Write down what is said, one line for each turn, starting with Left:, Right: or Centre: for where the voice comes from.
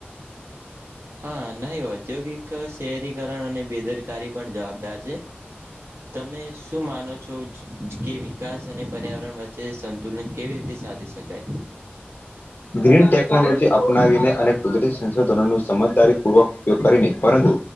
Right: હા નહી ઔદ્યોગિક શહેરીકરણ અને બેદરકારી પણ જવાબદાર છે તમે શું માનો છો કે વિકાસ અને પર્યાવરણ વચ્ચ વચ્ચે સંતુલન કેવી રીતે સાધી શકાય
Left: ગ્રીન ટેકનોલોજી અપનાવીને અને કુદરત સંશોધનો નો સમજદારી પૂર્વક ઉપયોગ કરીને પરંતુ